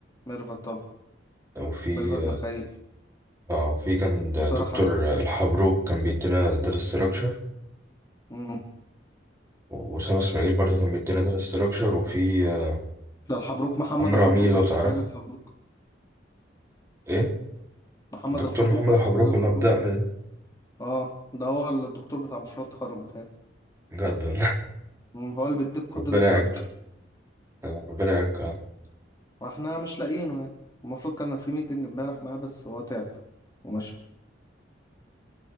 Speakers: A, on the left (about 20°); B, on the right (about 15°).
A: ميرفت طبعا
B: أو في
A: ميرفت مخيل
B: اه في كان د-
A: وسارة
B: دكتور
A: حسن
B: الحبروك كان بيدينا data structure
A: مم.
B: وأسامة إسماعيل برضه كان بيدينا data structure وفي آه،
A: ده الحبروك محمد
B: عمرو
A: الحبروك
B: أمين لو
A: ولا اسماعيل
B: تعرفه
A: الحبروك
B: إيه
A: محمد
B: دكتور
A: الحبروك
B: محمد
A: ولا
B: الحبروك
A: اسماعيل الحبروك
B: اللي بدأنا ده
A: اه ده هو ال- الدكتور بتاع مشروع التخرج بتاعي
B: جدا
A: مم. هو اللي بيديكوا
B: <laughs>
A: الداتا
B: ربنا
A: ستراكشر
B: يعجل آه، ربنا يعجل
A: واحنا مش لاقيينه يعني المفروض كان في ميتنج امبارح معاه بس هو تعب ومشى